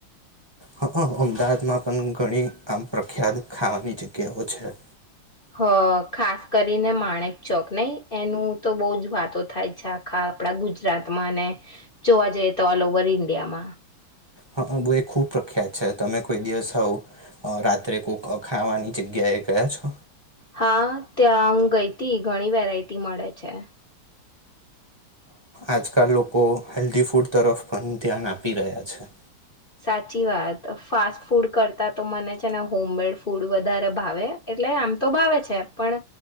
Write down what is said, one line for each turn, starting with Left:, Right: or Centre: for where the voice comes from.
Right: હા અમદાવાદમાં પણ ઘણી આમ પ્રખ્યાત ખાવાની જગ્યાઓ છે
Left: હ ખાસ કરીને માણેક ચોક નહી એનું તો બહ જ વાતો થાય છે આખા આપડા ગુજરાતમાં અને જોવા જઈએ તો ઓલ ઓવર ઇન્ડિયામાં
Right: હા બ એ ખૂબ પ્રખ્યાત છે તમે કોઈ દિવસ આવું રાત્રે કોક ખાવાની જગ્યાએ ગયા છો
Left: હા ત્યાં હું ગઈ હતી ઘણી વેરાયટી મળે છે
Right: આજકાલ લોકો હેલ્ધી ફૂડ તરફ પણ ધ્યાન આપી રહ્યા છે
Left: સાચી વાત ફાસ્ટ ફૂડ કરતાં તો મને છે ને હોમ મેડ ફૂડ વધારે ભાવે એટલે આમ તો ભાવે છે પણ